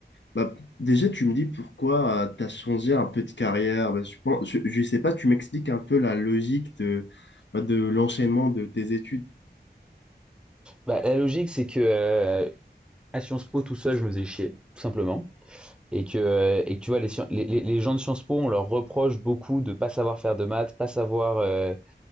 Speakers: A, on the left; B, in the centre.
A: Bah, déjà, tu me dis pourquoi tu as changé un peu de carrière. Bah, je pense, je, je sais pas, tu m'expliques un peu la logique de, bah, de l'enchaînement de tes études.
B: Bah, la logique, c'est que euh, à Sciences Po tout seul, je me faisais chier, tout simplement. Et que, euh, et que tu vois, les, scien- les, les- les gens de Sciences Po, on leur reproche beaucoup de pas savoir faire de maths, pas savoir, euh,